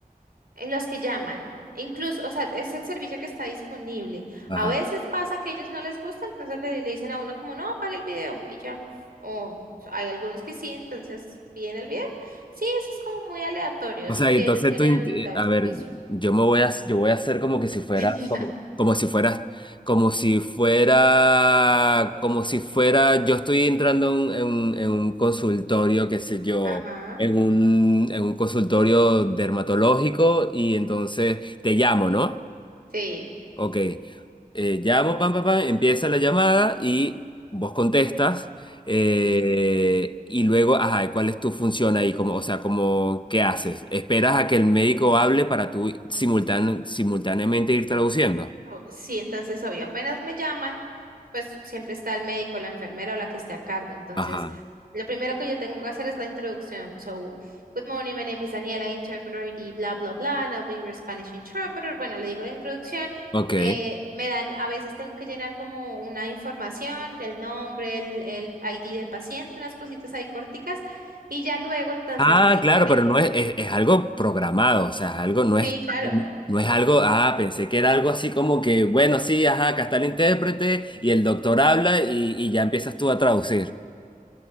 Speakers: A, on the right; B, on the left.
A: En los que llaman. Incluso, o sea, es el servicio que está disponible.
B: Ajá.
A: A veces pasa que ellos no les gusta, entonces le, le dicen a uno como, no, apague el video y ya. O hay algunos que sí, entonces piden el video. Sí, eso es como muy aleatorio,
B: O
A: si
B: sea, y entonces
A: ellos tienen
B: tú, int-
A: habilitado
B: eh, a
A: el servicio.
B: ver, yo me voy a, yo voy a hacer como que si fuera,
A: <laughs>
B: como, como si fuera, como si fuera, como si fuera, yo estoy entrando en, en un en un consultorio, qué sé yo,
A: Ajá,
B: en un, en un consultorio dermatológico y entonces te llamo, ¿no?
A: sí,
B: Ok, eh, llamo, pam, pam, pam, empieza la llamada y vos contestas eh,
A: sí.
B: y luego, ajá, ¿cuál es tu función ahí? Como, o sea, como, ¿qué haces? ¿Esperas a que el médico hable para tú simultán- simultáneamente ir traduciendo?
A: Oh, sí, entonces obvio, apenas me llaman, pues siempre está el médico, la enfermera o la que esté a cargo. Entonces,
B: Ajá,
A: lo primero que yo tengo que hacer es la introducción. So, good morning, my name is Daniela, interpreter ID, bla, bla, bla, and I'll be your Spanish interpreter. Bueno, le digo la introducción.
B: ok.
A: eh, me dan, a veces tengo que llenar como una información del nombre, el, el ID del paciente, unas cositas ahí corticas, y ya luego entonces
B: Ah,
A: le digo
B: claro,
A: que,
B: pero no es, es, es algo programado, o sea, es algo, no
A: sí,
B: es,
A: claro.
B: no es algo, ah, pensé que era algo así como que, bueno, sí, ajá, acá está el intérprete y el doctor habla y, y ya empiezas tú a traducir.